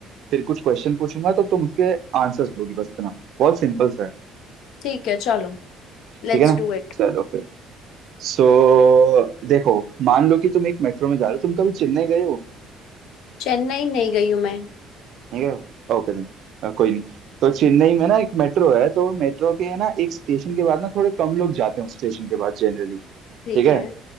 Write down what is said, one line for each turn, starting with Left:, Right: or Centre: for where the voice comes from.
Right: फिर कुछ क्वेश्चन पूछूंगा तो तुम उसके आंसर्स दोगी बस इतना बहुत सिंपल सा है
Left: ठीक है चलो Let's
Right: ठीक है ना
Left: do it
Right: चलो फिर सो देखो मान लो कि तुम एक मेट्रो में जा रहे हो तुम कभी चेन्नई गए हो
Left: चेन्नई नहीं गई हूँ मैं
Right: नहीं गए हो ओके देन अ, कोई नहीं तो चेन्नई में ना एक मेट्रो है तो मेट्रो के ना एक स्टेशन के बाद ना थोड़े कम लोग जाते हैं उस स्टेशन के बाद जनरली
Left: ठीक
Right: ठीक है
Left: है